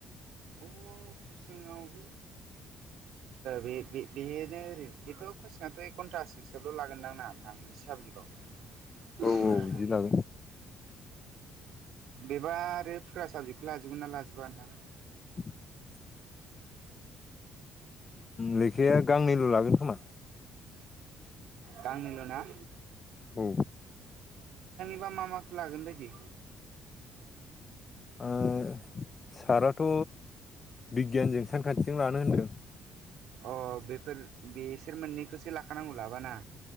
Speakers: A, on the right; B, on the left.
A: अ खसोङावबो बे बेनो ओरैनो बेथ' कुइसनाथ' घन्टासोसोल' लागोनदां ना आं मोनसे साबजेक्टआवक्ष
B: औ बिदि लागोन
A: बेबा आरो फुरा साबजेक्टखौ लाजोबगोन नना लाजोबबोा नोंथां
B: <inaudible> लेखाया गांनैल' लागोन खोमा
A: गांनिल' ना
B: औ
A: मा मा माखौ लागोन बायदि
B: ओ साराथ' बिगियानजों सानखान्थिजों लानो होनदों
A: अ बेफोर बेसोर मोननैखौसो लाखानांगौ लाबाना